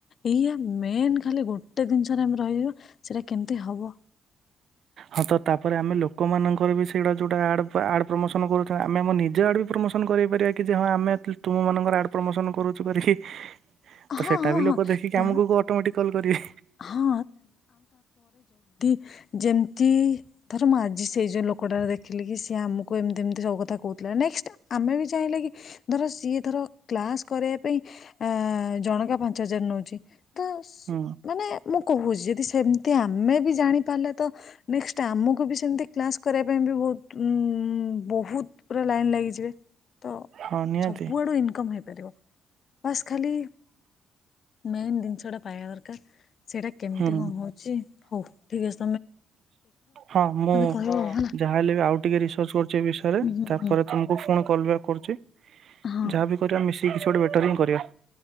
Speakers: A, on the left (about 55°); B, on the right (about 65°).
A: ଏଇଆ ମେନ୍। ଖାଲି ଗୋଟେ ଜିନିଷରେ ଆମେ ରହିବା ସେଇଟା କେମତି ହବ।
B: ହଁ ତ ତାପରେ ଆମେ ଲୋକମାନଙ୍କର ବି ସେଇଗୁଡ଼ା ଯେଉଁଟା ଆଡ଼ ଆଡ଼ ପ୍ରମୋସନ୍ କରୁଛ ଆମେ ଆମ ନିଜ ଆଡ଼ ବି ପ୍ରମୋସନ୍ କରପାରିବା କି ଯେ ହଁ ଆମେ। ତୁମ ମାନଙ୍କର ଆଡ୍ ପ୍ରମୋସନ କରୁ। କରି କିି?
A: ହଁ
B: ତ
A: ହଁ
B: ସେଟା ବି
A: ହଁ
B: ଲୋକ ଦେଖିକି
A: ତା
B: ଆମକୁ ଅଟୋମେଟିକ। କଲ କରିବେ।
A: ହଁ ଯେମତି ଧର ମୁଁ ଆଜି ସେଇ ଯୋଉ ଲୋକଟାରେ ଦେଖିଲି କି ସିଏ ଆମକୁ ଏମତି ଏମିତି ସବୁ କଥା କହୁଥିଲା ନେକ୍ସ ଆମେ ବି ଚାହିଁଲେ କି ଧର ସିଏ ଧର କ୍ଲାସ କରିବା ପାଇଁକି ଜଣକା ପାଞ୍ଚ ହଜାର ନଉଚି। ତସ୍
B: ହୁଁ
A: ନେ ମୁଁ କହୁଛି ଯଦି ସେମତି ଆମେ ବି ଜାଣି ପାରିଲେ ତ ନେଷ୍ଟ୍ ଆମକୁ ବି ସେମତି କ୍ଲାସ କରିବା ପାଇଁ ବି ବହୁତ ବହୁତ ପୁରା ଲାଇନ ଲାଗିଯିବେ। ତ
B: ହଁ ନିହାତି
A: ସବୁଆଡୁ ଇନକମ୍ ହେବ। ହେଇଥିବ ବାସ୍ ଖାଲି। ମେନ୍ ଜିନିଷଟା। ପାଇବାର। <inaudible> ସେଇଟା କେମିତି
B: ହୁଁ
A: କହେଉଛି ହଉ। ଠିକଛି।
B: ହଁ ମୁଁ
A: କହିବ ଆଉ ହେଲା।
B: ଯାହାହଲେ ବି ଆଉ ଟିକେ ରିସର୍ଚ କରୁଛି ଏ ବିଷୟରେ
A: ହୁଁ
B: ତାପରେ
A: ହୁଁ
B: ତମକୁ ଫୋନ। କଲ୍ ବ୍ୟାକ କରୁଛି।
A: ହଁ
B: ଯାହାବି କରିବା ମିଶିକି କିଛି ଗୋଟେ ବେଟର ହିଁ। କରିବା